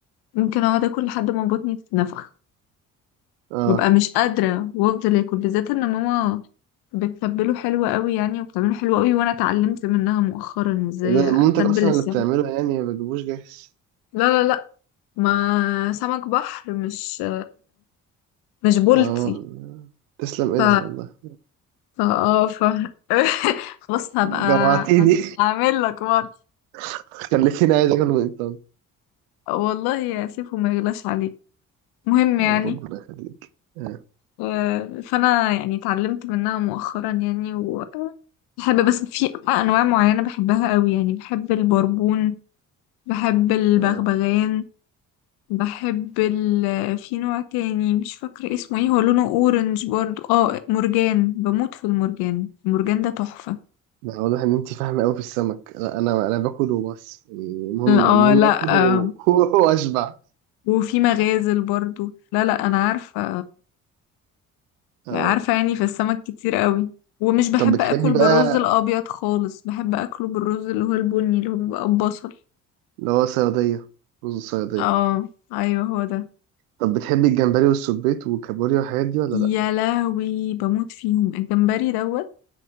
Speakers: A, on the left; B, on the right.
A: ممكن أقعد أكل لحد ما بطني تتنفخ
B: اه
A: ببقى مش قادرة وافضل اكل بالذات ان ماما بتتبله حلو قوي يعني وبتعمله حلو قوي وانا اتعلمت منها مؤخرا ازاي
B: ايه ده مامتك
A: اتبل
B: اصلا
A: السمك
B: اللي بتعمله يعني ما بتجيبوش جاهز
A: لا لا لا ما سمك بحر مش مش بولتي
B: اه تسلم ايدها
A: ف
B: والله
A: ف اه ف <laughs> خلاص هبقى
B: <laughs> جوعتيني
A: هعمل لك مرة
B: <laughs> خليتيني عايز اكل من الطن
A: والله سيبهم ما يغلاش عليك مهم يعني
B: آه ربنا يخليك اه
A: آه، فانا يعني اتعلمت منها مؤخرا يعني و بحب بس في انواع معينه بحبها قوي يعني بحب البربون بحب البغبغان
B: اه
A: بحب ال في نوع تاني مش فاكرة اسمه ايه هو لونه اورنج برضو اه مرجان بموت في المرجان المرجان ده تحفة
B: لا واضح ان انت فاهمه قوي في السمك لا انا انا باكل وبس يعني المهم المهم
A: اه لا
B: اكل
A: آه.
B: و- <laughs> واشبع
A: وفي مغازل برضو لا لا انا عارفة
B: اه
A: عارفة يعني في السمك كتير قوي ومش بحب
B: طب بتحبي
A: اكل
B: بقى
A: بالرز الابيض خالص بحب اكله بالرز اللي هو البني اللي هو بيبقى ببصل
B: اللي هو صيادية رز الصيادية
A: اه ايوه هو ده
B: طب بتحبي الجمبري والسبيط والكابوريا والحاجات دي ولا
A: يا
B: لأ؟
A: لهوي بموت فيهم الجمبري دوت